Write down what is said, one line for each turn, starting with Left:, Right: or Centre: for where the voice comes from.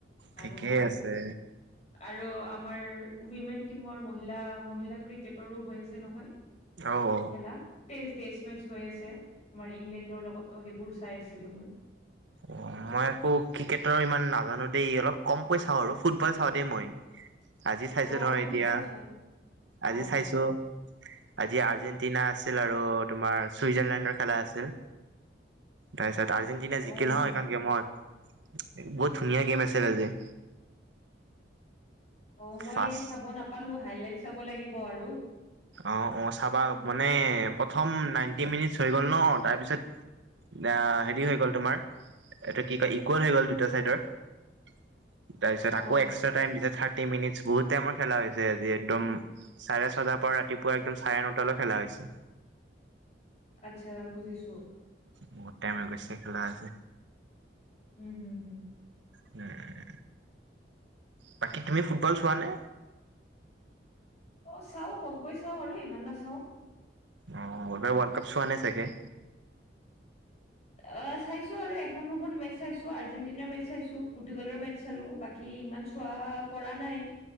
Right: ঠিকেই
Left: আৰু
Right: আছে
Left: আৰু আমাৰ উইমেন টিমৰ মহিলা, মহিলা ক্ৰিকেটৰো হৈ আছে নহয়
Right: অ অ
Left: লা তেইছ ডেচ মেচ হৈ আছে তোমাৰ ইংলেণ্ডৰ লগতো সেইবোৰ চাই আছিলোঁ মই।
Right: অ মই আকৌ ক্ৰিকেটৰ ইমান নাজানো দেই অলপ কমকৈ চাওঁ আৰু ফুটবল চাওঁ দেই মই আজি চাইছো
Left: অ'
Right: ধৰ
Left: ফুটবল
Right: এতিয়া
Left: চোৱা
Right: আজি
Left: অ'
Right: চাইছো আজি আৰ্জেণ্টিনা আছিল আৰু তোমাৰ চুইজাৰলেণ্ডৰ খেলা আছিল তাৰপিছত আৰ্জেণ্টিনা জিকিল
Left: অ'
Right: হয় এইখন গেমত বহুত ধুনীয়া গেম আছিল আজি
Left: অ মই
Right: ফাৰ্ষ্ট
Left: চাব নাপালো হাইলাইট চাব লাগিব আৰু
Right: অ অ চাবা মানে প্ৰথম নাইনটি মিনিটচ হৈ গ'ল ন তাৰপিছত অ হেৰি হৈ গ'ল তোমাৰ এইটো কি কয় ইকুৱেল হৈ গ'ল দুটা চাইডৰ <inaudible> তাৰপিছত
Left: অ'
Right: আকৌ এক্সট্ৰা টাইম দিছে থাৰ্টি মিনিটছ বহুত টাইমৰ খেলা হৈছে আজি একদম চাৰে ছটা পৰা ৰাতিপুৱা একদম চাৰে নটালৈ খেলা হৈছে
Left: আচ্ছা বুজিছো
Right: বহুত টাইম হৈ গৈছে খেলা আজি
Left: উম হুম হুম
Right: উম বাকী তুমি ফুটবল চোৱা নে?
Left: অ চাও কমকৈ চাওঁ আৰু ইমান নাচাও
Right: অ ৱৰ্ল্ড কাপ চোৱা নাই চাগে
Left: অ চাইছো, আৰু এখন দুখন মেচ চাইছো আৰ্জেণ্টিনাৰ মেচ চাইছো পুৰ্টুগালৰ মেচ। চালো বাকী ইমান চোৱা পৰা নাই,